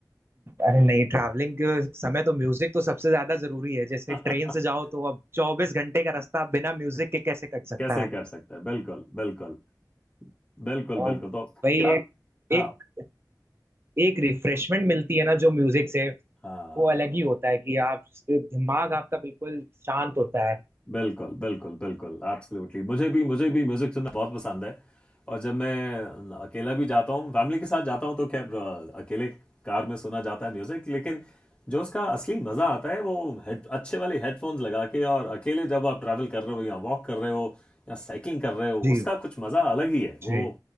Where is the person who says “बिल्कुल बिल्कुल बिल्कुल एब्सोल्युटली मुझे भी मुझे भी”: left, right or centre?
Left